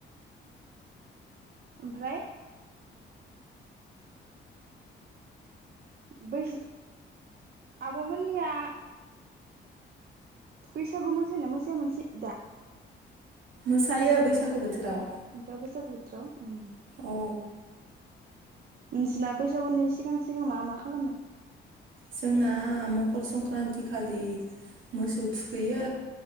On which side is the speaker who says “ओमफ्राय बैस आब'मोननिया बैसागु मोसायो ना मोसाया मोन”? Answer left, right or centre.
Right